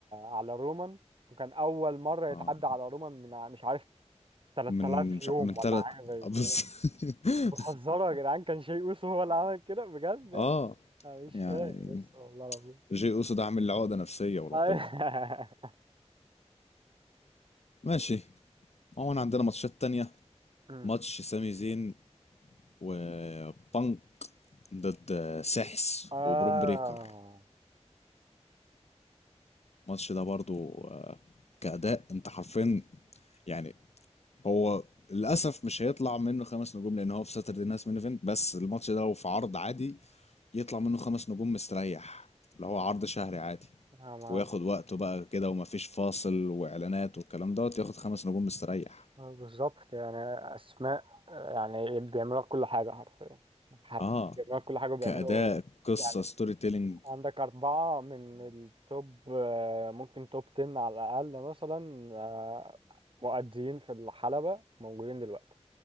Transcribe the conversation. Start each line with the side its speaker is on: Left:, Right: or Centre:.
Right: على رومان وكان اول مره يتعدى
Left: اه
Right: على رومان من ع- مش عارف 3000
Left: من مش
Right: يوم
Left: ع- من ثلاث
Right: ولا حاجه زي
Left: بس
Right: كده
Left: <laughs>
Right: بتهزروا يا جدعان كان شيء اوسو هو اللي عمل كده بجد
Left: اه
Right: أنا مش
Left: يعني
Right: فاهم بس والله العظيم
Left: جي اوسو ده عامل لي عقدة نفسية وربنا
Right: أيوة.
Left: ماشي عموما عندنا ماتشات تانية
Right: أمم.
Left: ماتش سامي زين وبانك ضد سحس
Right: <laughs> آه
Left: وبروم بريكر الماتش ده برضو آه، كأداء انت حرفيا يعني هو للأسف مش هيطلع منه خمس نجوم لأن هو في ساتردي نايت مين ايفنت بس الماتش ده لو في عرض عادي يطلع منه خمس نجوم مستريح اللي هو عرض شهري عادي
Right: آه، ما-
Left: وياخد وقته بقى كده ومفيش فاصل وإعلانات والكلام دوت ياخد خمس نجوم مستريح
Right: بالظبط يعني أسماء يعني بيعملوا لك كل حاجة حرفيا حرفيا
Left: اه
Right: بيعملوا لك كل حاجة وبيعملوا
Left: كأداء قصة
Right: يعني
Left: ستوري تيلينج
Right: عندك أربعة من التوب آه، ممكن توب 10 على الأقل مثلا آه، مؤديين في الحلبة موجودين دلوقتي